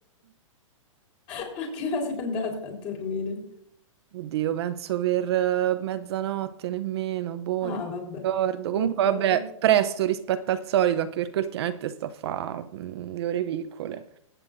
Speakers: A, on the left; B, on the right.
A: <laughs> A che ora sei andata a dormire?
B: Oddio, penso per eh, mezzanotte nemmeno, boh,
A: Ah,
B: non
A: vabbè.
B: ricordo. Comunque
A: Pensavo.
B: vabbè, presto rispetto al solito, anche perché ultimamente sto a fare le ore piccole.